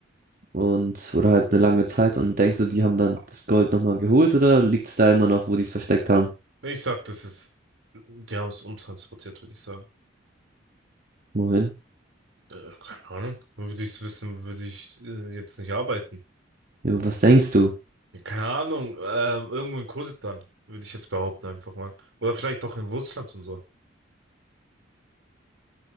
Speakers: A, on the right; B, on the right.
A: und oder halt eine lange Zeit und denkst du, die haben dann das Gold nochmal geholt oder liegt es da immer noch, wo die es versteckt haben?
B: Ich sag, das ist, die haben es umtransportiert, würde ich sagen.
A: Wohin?
B: Äh, keine Ahnung. Würde ich es wissen, würde ich äh, jetzt nicht arbeiten.
A: Ja, aber was denkst du?
B: Ja, keine Ahnung. Ähm, irgendwo in Kurdistan, würde ich jetzt behaupten, einfach mal. Oder vielleicht auch in Russland und so.